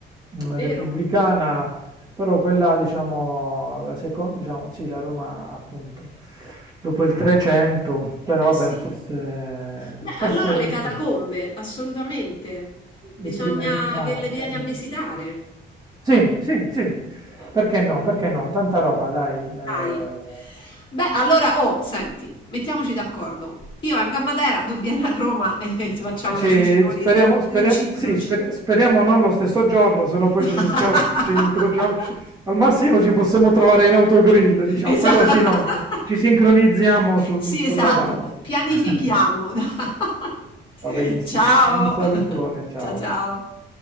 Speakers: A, on the left (about 25°); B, on the right (about 20°).
A: Vero?
B: mm, repubblicana, però quella, diciamo, la seconda, diciamo, sì, la Roma appunto, dopo il 300, però
A: Eh sì.
B: vabbè, forse,
A: Beh,
B: forse
A: allora le catacombe,
B: sì,
A: assolutamente. Bisogna
B: le prime tracce.
A: che le vieni a visitare.
B: Sì, sì, sì, perché no, perché no, tanta roba, dai. eh,
A: Dai. Beh, allora, oh, senti, mettiamoci d'accordo. Io vengo a Matera, tu vieni a Roma e <laughs> ci facciamo
B: Eh, Ci,
A: da ciceroni
B: speriamo,
A: re-
B: speriamo,
A: reciproci.
B: sì, sper- speriamo non lo stesso giorno, se no poi
A: <laughs>
B: ci, incas- ci incrociamo. ci- al massimo ci possiamo trovare in autogrill, diciamo,
A: Esatto.
B: però sì, no, ci sincronizziamo sul-
A: Sì,
B: sulla
A: esatto.
B: data.
A: Pianifichiamo.
B: <laughs>
A: <laughs>
B: Va benissimo,
A: Ciao.
B: un salutone,
A: <laughs>
B: ciao.
A: Ciao, ciao.